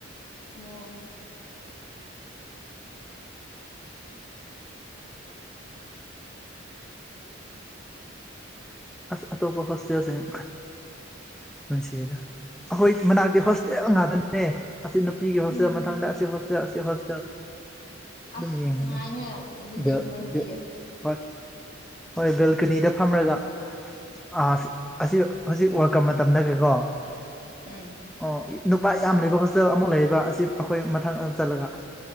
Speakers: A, on the left; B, in the centre.
A: ꯑꯣ
B: ꯑꯁ ꯑꯇꯣꯞꯄ ꯍꯣꯁꯇꯦꯜꯁꯤꯡ ꯃꯁꯤꯅ ꯑꯩꯈꯣꯏ ꯃꯅꯥꯛꯇꯤ ꯍꯣꯁꯇꯦꯜ ꯉꯥꯛꯇꯅꯦ ꯑꯁꯤ ꯅꯨꯄꯤꯒꯤ
A: ꯎꯝ
B: ꯍꯣꯁꯇꯦꯜ ꯃꯊꯪꯗ ꯑꯁꯤ ꯍꯣꯁꯇꯦꯜ ꯑꯁꯤ ꯍꯣꯁꯇꯦꯜ
A: ꯑꯁ
B: ꯑꯗꯨꯝ ꯌꯦꯡꯒꯅꯤ
A: ꯅꯨꯡꯉꯥꯏꯅꯦ ꯑꯗꯨꯗꯤ
B: ꯕꯦꯜ
A: ꯅꯣꯏꯗꯤ
B: ꯕꯦ ꯍꯣꯏ ꯍꯣꯢ ꯕꯤꯜꯗꯤ ꯀꯅꯤꯗ ꯐꯝꯔꯒ ꯑꯥꯐ ꯑꯁꯤꯗ ꯍꯧꯖꯤꯛ ꯋꯥꯔꯜꯀꯞ ꯃꯇꯝꯗꯒꯤꯀꯣ ꯑꯣ
A: ꯎꯝ
B: ꯅꯨꯄꯥ ꯌꯥꯝ ꯂꯩꯕ ꯍꯣꯁꯇꯦꯜ ꯑꯃꯨꯛ ꯂꯩꯑꯦꯕ ꯑꯁꯤ ꯑꯩꯈꯣꯏ ꯃꯊꯪ ꯆꯠꯂꯒ